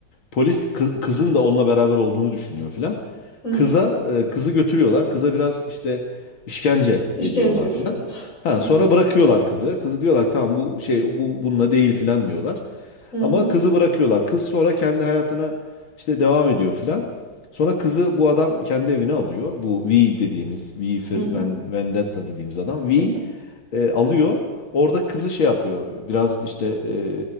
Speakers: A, on the left; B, on the left.
A: Polis kız- kızın da onunla beraber olduğunu düşünüyor filan.
B: Hı
A: Kıza
B: hı.
A: e, kızı götürüyorlar. Kıza biraz işte işkence
B: İşkence
A: ediyorlar
B: yapıyorlar.
A: filan.
B: <laughs>
A: Ha,
B: Hı
A: sonra
B: hı.
A: bırakıyorlar kızı. Kızı diyorlar tamam bu şey bu bununla değil filan diyorlar.
B: Hı
A: Ama
B: hı.
A: kızı bırakıyorlar. Kız sonra kendi hayatına işte devam ediyor filan. Sonra kızı bu adam kendi evine alıyor. Bu V dediğimiz, V for
B: Hı
A: Ven-
B: hı.
A: Vendetta dediğimiz adam. V
B: Hı hı.
A: e, alıyor. Orada kızı şey yapıyor. Biraz işte e,